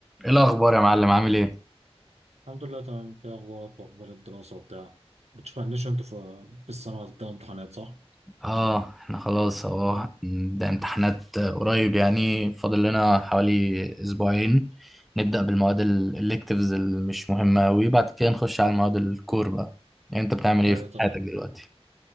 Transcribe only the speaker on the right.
الحمد لله تمام انت ايه اخبارك واخبار الدراسة وبتاع بتشوف عندش انت في في السنة بتاع امتحانات صح؟
اه
ايوه
تمام